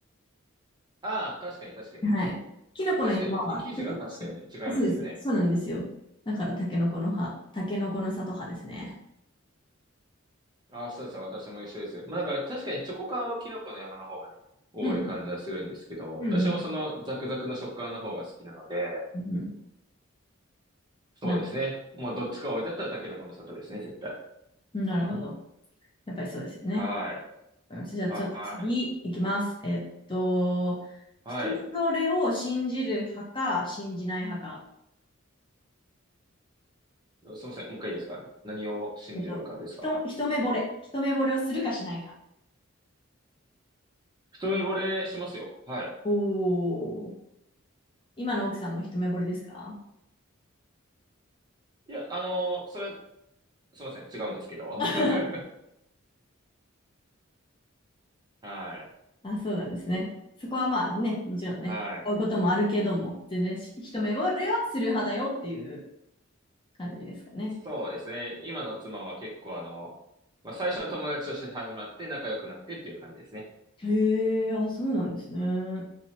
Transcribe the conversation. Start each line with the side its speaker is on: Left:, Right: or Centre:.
Right: ああ、確かに確かに。
Left: はい。きのこの山はちょっと違う。
Right: 確かに、き生地が確かに違いますよね。
Left: あそうです。そうなんですよ。だからたけのこの葉、たけのこの里葉ですね。
Right: ああ、そうですね。私も一緒です。まあだから確かにチョコ感はキノコの山の方がね、多い感じはするんですけど、
Left: うん。うんうん
Right: 私もそのザクザクの食感の方が好きなので、
Left: うんうん。
Right: そうですね。
Left: なる、
Right: もうどっちか置いてあったらタケノコの里ですね、絶対。
Left: なるほど。やっぱりそうですよね。
Right: はい。
Left: わかりましたじゃあちょっと次いきます。
Right: はい。
Left: えっと、
Right: はい。
Left: 人それを信じる派か信じない派か。
Right: すみません。もう一回いいですか何を信じるかですか
Left: えっと、ひと一目惚れ。一目惚れをするかしないか。
Right: 一目惚れしますよ。はい。
Left: おー。今の奥さんも一目惚れですか
Right: いや、あのーそれは、すみません。違うんですけど。
Left: <laughs>
Right: <laughs> はい。
Left: あ、そうなんですね。そこはまあね、もちろんね、
Right: はい。
Left: こういうこともあるけども、全然し一目惚れはする派だよっていう感じですかね。
Right: そうですね。今の妻は結構あの、まあ、最初は友達として始まって仲良くなってっていう感じですね。
Left: へえ、あ、そうなんですね。